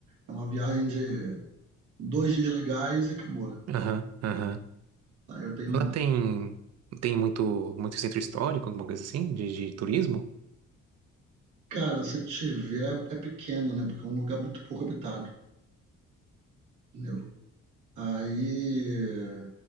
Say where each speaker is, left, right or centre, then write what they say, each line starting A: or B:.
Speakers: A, on the right; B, on the right.
A: é uma viagem de dois dias legais e acabou, né?
B: Aham, aham.
A: Aí eu tenho.
B: Lá tem, tem muito, muito centro histórico, alguma coisa assim, de, de turismo?
A: Cara, se tiver, é é pequeno, né? Porque é um lugar muito pouco habitado. né? Aí